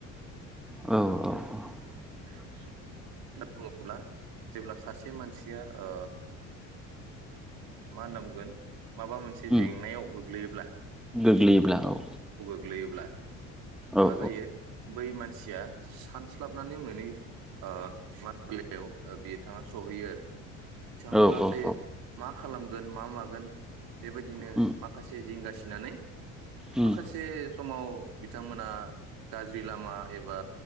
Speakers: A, in the centre; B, on the right.
A: औ औ औ
B: <unintelligible> बुङोब्ला जेब्ला सासे मानसिया ओ मा होनना बुंगोन। माबा मोनसे
A: उम
B: जेंनायाव गोग गोलैयोब्ला
A: गोग्लैयोब्ला औ
B: गोग्लैयोब्ला
A: औ
B: मा जायो बै मानसिया सानसे। स्लाबनानै मोनै ओ-मायाव ओ- बिथाङा सहैयो आरो। बिथां
A: औ
B: मा
A: औ
B: जायो
A: औ
B: मा? मा खालामगोन मा मागोन। बेबायदिनो
A: उम
B: माखासे जिंगासि नानै
A: उम
B: माखासे समाव। बिथांमोना गाज्रि लामा एबा